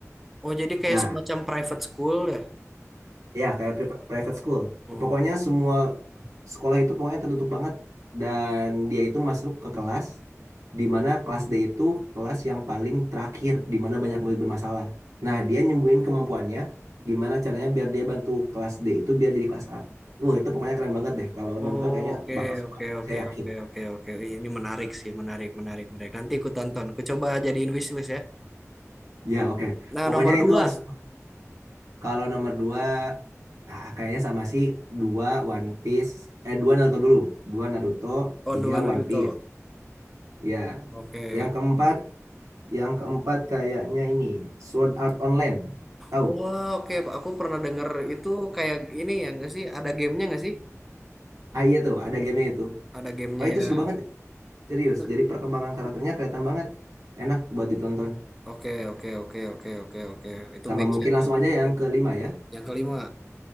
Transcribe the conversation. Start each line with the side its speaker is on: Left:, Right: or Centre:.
Centre: Oh, jadi kayak
Right: nah
Centre: semacam private school ya?
Right: Ya, kayak pri- private school.
Centre: Hmm.
Right: Pokoknya semua sekolah itu pokoknya tertutup banget dan dia itu masuk ke kelas di mana kelas D itu kelas yang paling terakhir di mana banyak murid bermasalah. Nah, dia nyembuhin kemampuannya gimana caranya biar dia bantu kelas D itu biar jadi kelas A. Wah, itu pokoknya keren banget deh. Kalau
Centre: Oh,
Right: nonton kayaknya
Centre: Oke,
Right: bakal suka.
Centre: oke, oke,
Right: Saya yakin.
Centre: oke, oke, oke. Ih, Ini menarik sih, menarik, menarik, menarik. Nanti aku tonton. Aku coba jadiin wishlist ya.
Right: Ya, oke.
Centre: Nah,
Right: Pokoknya
Centre: nomor dua.
Right: itu harus kalau nomor dua ah, kayaknya sama sih dua One Piece. Eh, dua Naruto dulu. Dua Naruto,
Centre: Oh,
Right: tiga
Centre: Dua Naruto.
Right: One Piece. Ya.
Centre: Oke.
Right: Yang keempat, yang keempat kayaknya ini Sword Art Online. Tahu?
Centre: Oh, oke. Aku pernah denger itu kayak ini ya nggak sih? Ada gamenya nggak sih?
Right: Ah iya tuh, ada game itu.
Centre: Ada gamenya
Right: Wah itu
Centre: ya.
Right: seru banget, serius.
Centre: Itu-
Right: Jadi perkembangan karakternya kelihatan banget. Enak buat ditonton.
Centre: Oke, oke, oke, oke, oke, oke. Itu
Right: Sama
Centre: make
Right: mungkin
Centre: sense.
Right: langsung aja yang kelima ya.
Centre: Yang kelima,